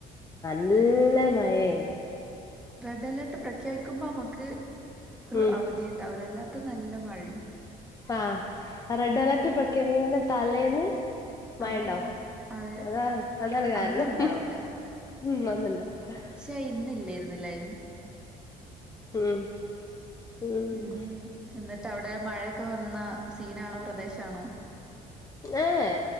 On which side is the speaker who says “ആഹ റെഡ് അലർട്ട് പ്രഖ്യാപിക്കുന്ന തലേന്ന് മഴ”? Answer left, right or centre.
Left